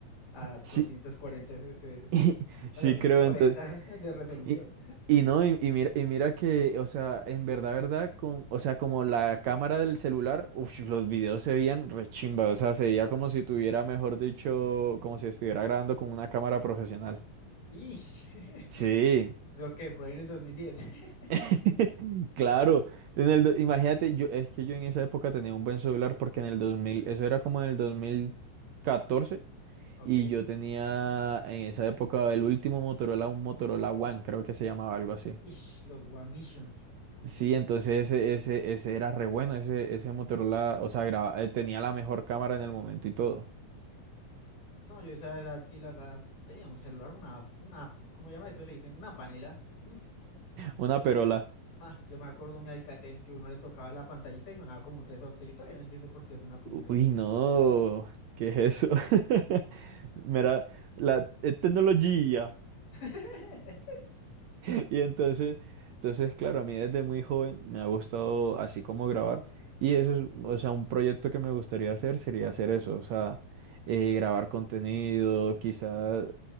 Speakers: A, on the left (about 85°); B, on the right (about 75°).
A: a
B: Sí,
A: 240 FPS,
B: <laughs> sí
A: a 240
B: creo. entonces
A: de resolución.
B: Y, y no, y, y mira, y mira que, o sea, en verdad, verdad, con, o sea, como la cámara del celular, uf, los videos se veían rechimba, o sea, se veía como si tuviera, mejor dicho, como si estuviera grabando con una cámara profesional.
A: <laughs> ¡Ish! <laughs>
B: Sí,
A: ¿Eso qué? Por ahí en el 2010. <laughs>
B: <laughs> claro. En el, do- imagínate, yo, es que yo en esa época tenía un buen celular porque en el 2000 eso era como en el dos mil catorce
A: Ok.
B: y yo tenía en esa época el último Motorola, un Motorola One, creo que se llamaba algo así.
A: Ish, los One Vision.
B: Sí, entonces ese, ese, ese era re bueno, ese, ese Motorola, o sea, graba- eh, tenía la mejor cámara en el momento y todo.
A: No, yo a esa edad sí, la verdad, tenía un celular, una, una, ¿cómo llama eso? Le dicen, una panela. Mm.
B: Una perola.
A: Ah, yo me acuerdo mi Alcatel que uno le tocaba la pantallita y sonaba como un resorte. Yo todavía no entiendo por qué suena como
B: Uy,
A: un resorte.
B: no, ¿qué es eso? <laughs> Mira, la eh, tecnología.
A: <laughs>
B: <laughs> Y entonces, entonces, claro, a mí desde muy joven me ha gustado así como grabar. Y eso es, o sea, un proyecto que me gustaría hacer sería hacer eso, o sea, eh, grabar contenido, quizás